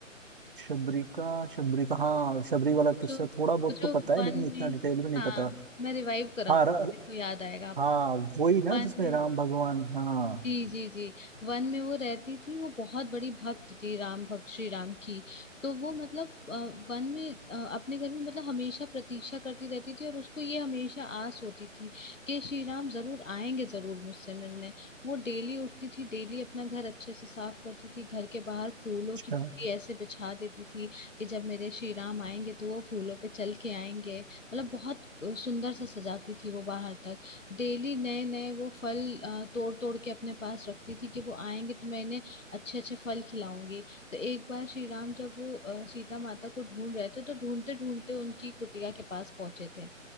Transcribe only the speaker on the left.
जो
जो
वन
में
हाँ
मैं रिवाइव करा
देखो याद आएगा आप
वन
में
जी जी जी वन में वो रहती थी वो बहुत बड़ी भक्त थी राम भक्त श्री राम की तो वो मतलब अ, वन में अ, अपने घर में मतलब हमेशा प्रतीक्षा करती रहती थी और उसको ये हमेशा आस होती थी कि श्री राम जरूर आएंगे जरूर मुझसे मिलने वो डेली उठती थी डेली अपना घर अच्छे से साफ करती थी घर के बाहर फूलों
की पूरी ऐसे बिछा देती थी कि जब मेरे श्री राम आएंगे तो वो फूलों पे चल के आएंगे मतलब बहुत अ, सुंदर सा सजाती थी वो बाहर तक डेली नए नए वो फल अ, तोड़ तोड़ के अपने पास रखती थी कि वो आएंगे तो मैं इन्हें अच्छे अच्छे फल खिलाऊंगी तो एक बार श्री राम जब वो अ, सीता माता को ढूंढ रहे थे तो ढूंढते ढूंढते उनकी कुटिया के पास पहुंचे थे